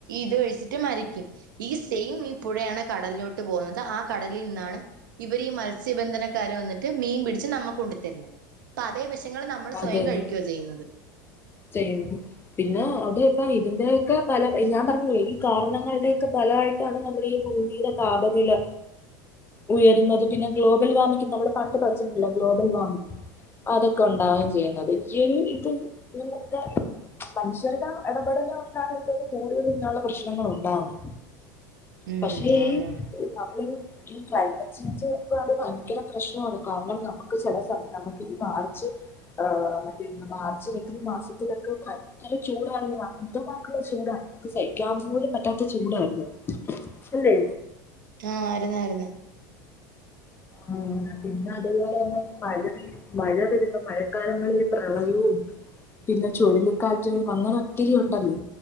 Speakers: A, on the right; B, on the left.
A: ഇത് കഴിച്ചിട്ട് മരിക്കും ഈ സെയിം ഈ പുഴയാണ് കടലിലോട്ട് പോകുന്നത് ആ കടലിൽ നിന്നാണ് ഇവർ ഈ മത് ത്സ്യബന്ധനക്കാര് വന്നിട്ട് മീൻ പിടിച്ച് നമ്മക്ക് കൊണ്ടു തരുന്നത് അതേ വി ൾ നമ്മൾ സ്വയം
B: അതെയതെ
A: കഴിക്കുകയാ ചെയ്യുന്നത്
B: ചെയ്യുന്നത് പിന്നെ അതെക്കെ ഇതിന്റെ ഒക്കെ പല ഞാൻ പറഞ്ഞില്ലേ ഈ കാരണങ്ങളുടെയൊക്കെ ഫലായിട്ടാണ് നമ്മൾ ഈ ഭൂമിയുടെ താപനില ഉയരുന്നത് പിന്നെ ഗ്ലോബൽ വാർമിംഗ് നമ്മള് പണ്ട് പഠിച്ചിട്ടില്ലേ ഗ്ലോബൽ വാർമിംഗ് അതൊക്കെ ഒണ്ടാവേം ചെയ്യുന്നത് ഈ ഒരു ഇത് ഇന്നത്തെ മനുഷ്യരുടെ എടപെടല് കൊണ്ടാണിതൊക്കെ കൂടുതൽ ഇങ്ങനൊള്ള പ്രശ്നങ്ങൾ ഉണ്ടാവുന്നു
A: ഉം
B: പക്ഷെ
A: ആന്നാന്ന്
B: ഈ നമ്മള് ഈ ക്ലൈമറ്റ് ചേഞ്ച് അത് ഭയങ്കര പ്രശ്നോണ് കാരണം നമുക്ക് ചെല സമയം നമുക്ക് ഈ മാർച്ച് ആ മറ്റേ മാർച്ച് ഈ മാസത്തിലൊക്കെ ഭയങ്കര ചൂടാണ് ഭയങ്കരമായിട്ടുള്ള ചൂടാണ് അത് സഹിക്കാൻ പോലും പറ്റാത്ത ചൂടായിരുന്നു അല്ലേ
A: ആ ആരുന്നാരുന്നു
B: ആ പിന്നെ അതുപോലെ തന്നെ മഴ മഴ വരുമ്പോ മഴക്കാലങ്ങളില് പ്രളയവും പിന്നെ ചുഴലിക്കാറ്റും അങ്ങനെ ഒത്തിരി ഉണ്ടല്ലോ